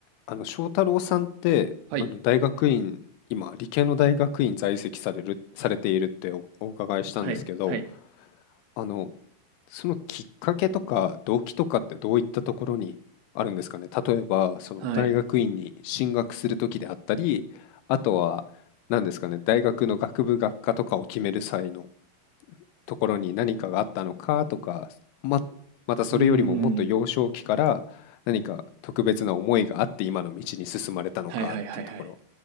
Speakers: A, on the left; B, on the right.
A: あの、翔太郎さんって、
B: はい。
A: あの、大学院、今、理系の大学院在籍される、されているってお、お伺いしたんですけど、
B: はい、はい、
A: あの、そのきっかけとか動機とかってどういったところにあるんですかね。例えば、その大学院に進学するときであったり、
B: はい。
A: あとは、何ですかね、大学の学部学科とかを決める際のところに何かがあったのかとか、ま、またそれよりももっと幼少期から何か特別な思いがあって今の道に進まれたのかっていうところ
B: うーん。はいはいはいはい。